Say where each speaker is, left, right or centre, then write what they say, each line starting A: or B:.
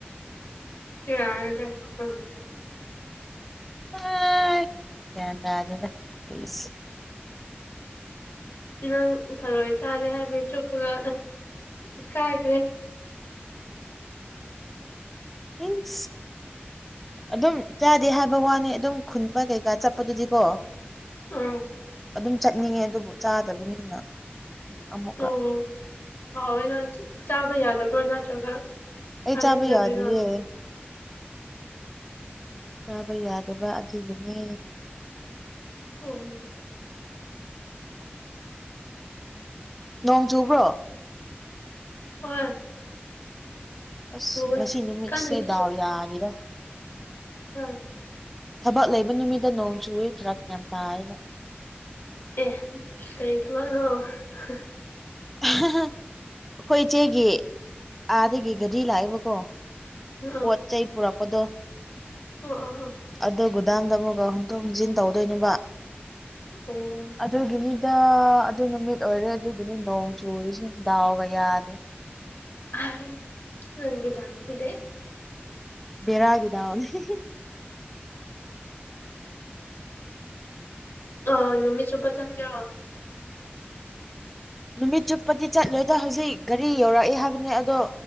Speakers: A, on the left; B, in the centre.
A: ꯌꯥꯔꯒ ꯎꯝ
B: ꯑꯥ ꯒꯌ꯭ꯥꯟ ꯇꯥꯗꯦꯗ ꯑꯩꯁꯨ
A: ꯅꯪ ꯊꯔꯣꯏ ꯆꯥꯗꯦ ꯍꯥꯏꯕꯒꯤ ꯆꯨꯞꯄꯒ ꯏꯀꯥꯏꯈ꯭ꯔꯦ
B: ꯏꯁ ꯑꯗꯨꯝ ꯆꯥꯗꯦ ꯍꯥꯏꯕ ꯋꯥꯅꯤ ꯑꯗꯨꯝ ꯈꯨꯟꯕ ꯀꯩꯀꯥ ꯆꯠꯄꯗꯨꯗꯤꯀꯣ
A: ꯑꯥ
B: ꯑꯗꯨꯝ ꯆꯠꯅꯤꯡꯉꯦ ꯑꯗꯨꯕꯨ ꯆꯥꯗꯕꯅꯤꯅ ꯑꯃꯨꯛꯀ
A: ꯑꯣ ꯍꯋꯦꯅ ꯆꯥꯕ ꯌꯥꯗꯕ꯭ꯔꯣ ꯅꯠꯇ꯭ꯔꯒ
B: ꯑꯩ
A: ꯍꯅꯤꯡꯗꯕꯩꯔꯣ
B: ꯆꯥꯕ ꯌꯥꯗꯤꯌꯦ ꯆꯥꯕ ꯌꯥꯗꯕ ꯑꯗꯨꯒꯤꯅꯦ
A: ꯑꯣ
B: ꯅꯣꯡ ꯆꯨꯕ꯭ꯔꯣ
A: ꯍꯣꯏ
B: ꯑꯁ
A: ꯆꯨꯋꯦ
B: ꯉꯁꯤ ꯅꯨꯃꯤꯠꯁꯦ
A: ꯀꯟꯅꯗꯤ
B: ꯗꯥꯎ ꯌꯥꯗꯤꯗ
A: ꯍꯥ
B: ꯊꯕꯛ ꯂꯩꯕ ꯅꯨꯃꯤꯠꯇ ꯅꯣꯡ ꯆꯨꯏꯌꯦ ꯐꯔꯛ ꯌꯥꯝ ꯇꯥꯏꯌꯦꯕ
A: ꯑꯦ ꯀꯔꯤ ꯊꯕꯛꯅꯣ ꯍ
B: ꯍꯍ ꯑꯩꯈꯣꯏ ꯏꯆꯦꯒꯤ ꯑꯥꯗꯒꯤ ꯒꯔꯤ ꯂꯥꯛꯑꯦꯕꯀꯣ
A: ꯑꯥ
B: ꯄꯣꯠ ꯆꯩ ꯄꯨꯔꯛꯄꯗꯣ
A: ꯑꯥ ꯑꯥ ꯑꯥ
B: ꯑꯗꯨ ꯒꯨꯗꯥꯝꯗ ꯑꯃꯨꯛꯒ ꯍꯨꯝꯇꯣꯛ ꯍꯨꯝꯖꯤꯟ ꯇꯧꯗꯣꯏꯅꯦꯕ
A: ꯑꯣ
B: ꯑꯗꯨꯒꯤꯅꯤ ꯇꯥ ꯑꯗꯨ ꯅꯨꯃꯤꯠ ꯑꯣꯏꯔꯦ ꯑꯗꯨꯒꯤꯅꯤ ꯅꯣꯡ ꯆꯨꯔꯤꯁꯤ ꯗꯥꯎꯒ ꯌꯥꯗꯦ
A: ꯑꯍ ꯅꯪꯒꯤ ꯗꯥꯎꯁꯤꯗꯤ
B: ꯕꯦꯔꯥꯒꯤ ꯗꯥꯎꯅꯤ ꯍꯤ ꯍꯤ
A: ꯑ ꯅꯨꯃꯤꯠꯆꯨꯞꯄꯥ ꯆꯠꯀꯦꯔꯣ
B: ꯅꯨꯃꯤꯠ ꯆꯨꯞꯄꯗꯤ ꯆꯠꯂꯣꯏꯗ ꯍꯧꯖꯤꯛ ꯒꯥꯔꯤ ꯌꯧꯔꯛꯑꯦ ꯍꯥꯏꯕꯅꯦ ꯑꯗꯣ